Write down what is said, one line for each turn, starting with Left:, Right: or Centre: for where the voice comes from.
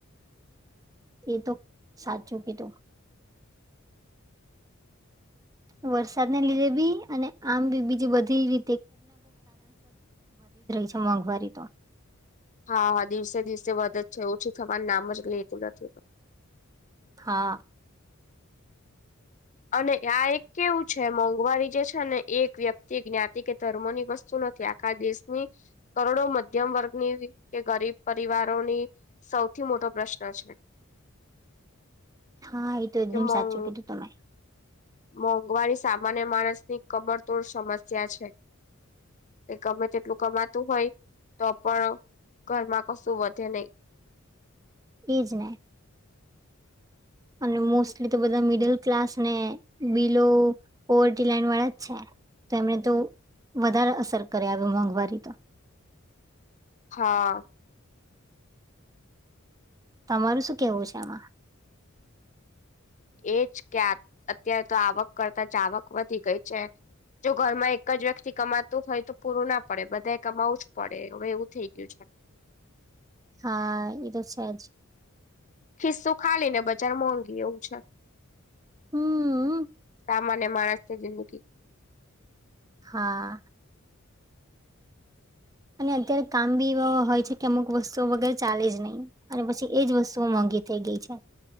Right: એ તો સાચું કીધું. વરસાદ ને લીધેભી. વિધ જ રહી છે મોંઘવારી તો.
Left: હ <unintelligible> હા આવા દિવસે દિવસે વધે જ છે ઓછી થવા નામ જ લેતું નથી.
Right: હા.
Left: અને આ એક કેવું છે મોંઘવારી જે છે ને એક વ્યક્તિ જ્ઞાતિ કે ધર્મો ની વસ્તુ ન આખા દેશની કરોડો મધ્યમ વર્ગની કે ગરીબ પરિવારોની સ સૌથી મોટો પ્રશ્ન છે.
Right: હા એ તો એકદમ
Left: કે મોં
Right: સાચું કીધું તમે.
Left: મોંઘવારી સામાન્ય માણસની કમરતોડ સમસ્યા છે. કે ગમે તેટલું કમાતું હોય તો પણ. ઘરમાં કશું વધે નઈ.
Right: એ જ ને. અને મોસ્ટલી તો બધા મિડલ ક્લાસને બિલો પોવર્ટી લાાઈન વાળા જ છે. તો એમણે તો વધારે અસર કરે આવી મોંઘવારી તો
Left: હા.
Right: તમારું શું કેવું છે આમાં?
Left: એજ કે આ અત્યારે તો આવક કરતા જાવક વધી ગઈ છે. જો ઘરમાં એક જ વ્યક્તિ કમાતું હોય તો પૂરું ના પડે બધાએ કમાવું જ પડે હવે એવું થઈ ગયું છે.
Right: હા એ તો છેજ.
Left: ખિસ્સું ખાલીને બજાર મોઘી એવું છે.
Right: હમ.
Left: સામાન્ય માણસની જિંદગી.
Right: હા. અને અત્યારે કામ બી એવા હોય છે કે અમુક વસ્તુઓ વગેરે ચાલે જ નહીં અને પછી એજ વસ્તુઓ મંગી. થઈ ગઈ છે.